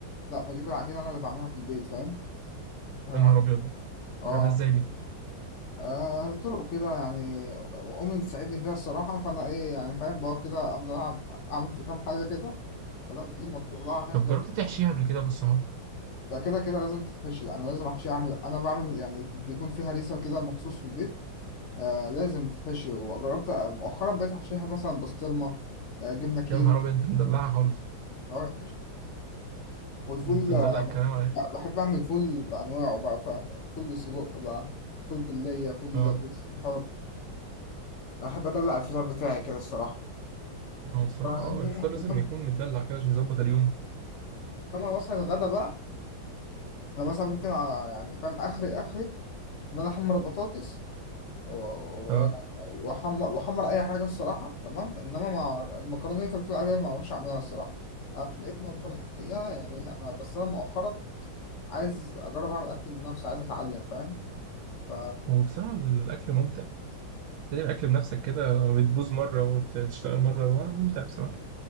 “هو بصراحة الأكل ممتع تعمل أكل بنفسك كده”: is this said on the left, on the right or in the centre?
Right